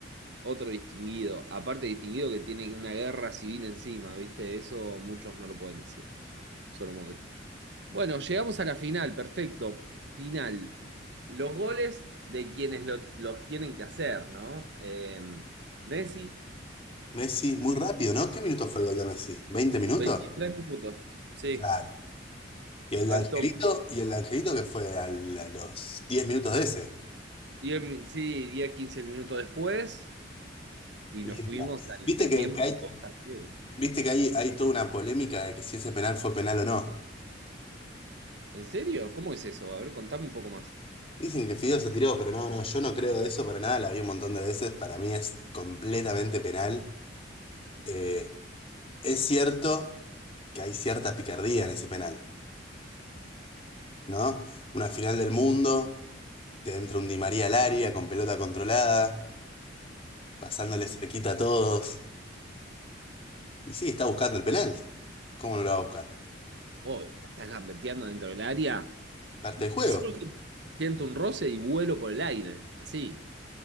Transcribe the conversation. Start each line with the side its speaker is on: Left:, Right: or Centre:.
Right: Otro distinguido, aparte distinguido que tiene una guerra civil encima, ¿viste? Eso muchos no lo pueden decir, solo Modric. Bueno, llegamos a la final, perfecto, final. Los goles de quienes lo- los tienen que hacer, ¿no? Eh, Messi,
Left: Messi, muy rápido, ¿no? ¿Qué minuto fue el gol de Messi? veinte minutos?
Right: 23 minutos, sí,
Left: Claro. Y el
Right: al
Left: de Angelito,
Right: toque.
Left: y el de Angelito que fue al- a los 10 minutos de ese.
Right: diez mi- sí, diez quince minutos después y
Left: Linda.
Right: nos fuimos al
Left: Viste
Right: entretiempo
Left: que, que hay,
Right: 2 a 0.
Left: viste que hay, hay toda una polémica de que si ese penal fue penal o no.
Right: ¿En serio? ¿Cómo es eso? A ver, contame un poco más.
Left: Dicen que Fideo se tiró, pero no, no, yo no creo de eso para nada, la vi un montón de veces, para mí es completamente penal. Eh, es cierto que hay cierta picardía en ese penal, ¿no? Una final del mundo, te entra un Di María al área con pelota controlada, pasándole
Right: Mm.
Left: cerquita a todos. Y sí, está buscando el penal. ¿Cómo no lo va a buscar?
Right: Oh, estás gambeteando dentro del área.
Left: Parte
Right: Yo
Left: del juego,
Right: si siento un roce y vuelo por el aire, así.